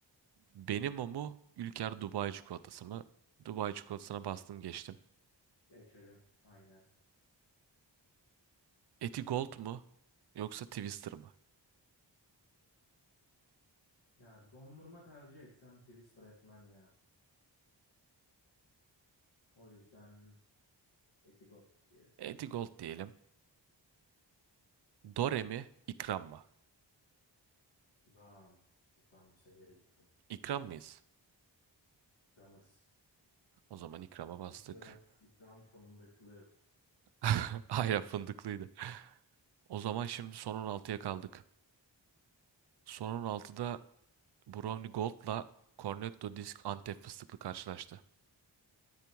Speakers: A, on the right; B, on the left.
A: Benim o mu Ülker Dubai çikolatası mı? Dubai çikolatasına bastım geçtim.
B: Geçelim aynen.
A: Eti Gold mu yoksa Twister mı?
B: Ya dondurma tercih etsem Twister etmem ya. O yüzden Etigol diyelim.
A: Eti Gold diyelim. Dore mi? İkram mı?
B: İkram. İkram severim.
A: İkram mıyız?
B: İkramız.
A: O zaman ikrama bastık.
B: İkram, ikram fındıklı.
A: <laughs> Hayır fındıklıydı. O zaman şimdi son on altıya kaldık. Son on altıda Brownie Gold'la Cornetto Disk Antep fıstıklı karşılaştı.